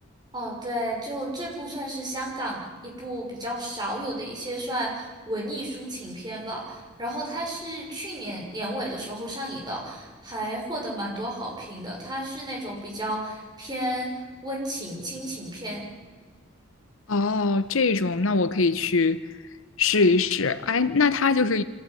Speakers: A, on the right; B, on the left.
A: 哦，对，就这部算是香港一部比较少有的一些算文艺抒情片吧。然后它是去年年尾的时候上映的，还获得蛮多好评的。它是那种比较偏温情亲情片。
B: 哦，这种那我可以去试一试。哎，那他就是